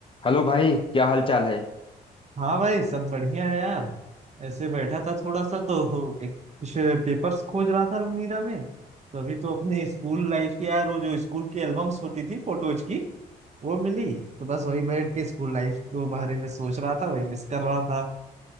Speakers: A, on the left; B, on the right.
A: Hello भाई क्या हाल चाल है
B: हाँ भाई सब बढ़िया है यार ऐसे बैठा था थोड़ा सा तो <laughs> एक कुछ पेपर्स खोज रहा था अलमीरा में तो अभी तो अपने स्कूल लाइफ की यार वो जो स्कूल की एल्बम्स होती थी फोटोज की वो मिली तो बस वही बैठ के स्कूल लाइफ के बारे में सोच रहा था वही मिस कर रहा था